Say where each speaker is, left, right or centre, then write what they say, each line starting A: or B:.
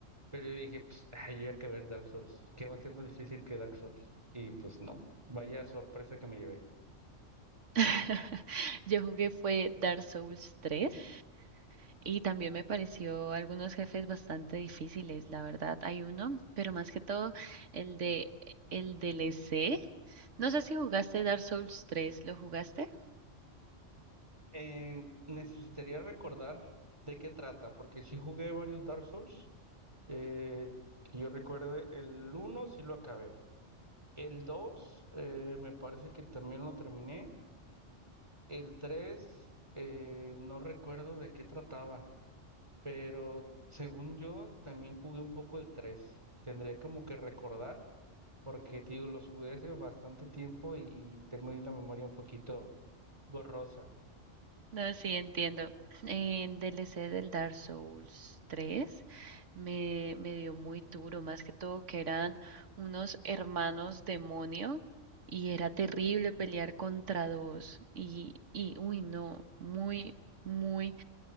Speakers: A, on the right; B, on the right.
A: pero yo dije pues ay, yo ya acabé el Dark Souls, ¿qué va a ser más difícil que Dark Souls? Y pues no, vaya sorpresa que me llevé.
B: <laughs> Yo jugué fue Dark Souls tres Y también me pareció algunos jefes bastante difíciles, la verdad. Hay uno, pero más que todo el de el DLC. No sé si jugaste Dark Souls 3, ¿lo jugaste?
A: Eh, necesitaría recordar de qué trata, porque si jugué varios Dark Souls, eh, que yo recuerde, el uno sí lo acabé, el 2 eh, me parece que también lo terminé, El 3, no recuerdo de qué trataba, pero según yo también jugué un poco el 3. Tendría como que recordar, porque te digo, los jugué hace bastante tiempo y, y tengo ahí la memoria un poquito borrosa.
B: No, sí, entiendo. El DLC del Dark Souls 3 me, me dio muy duro, más que todo que eran unos hermanos demonio y era terrible pelear contra dos. Y, y uy, no, muy, muy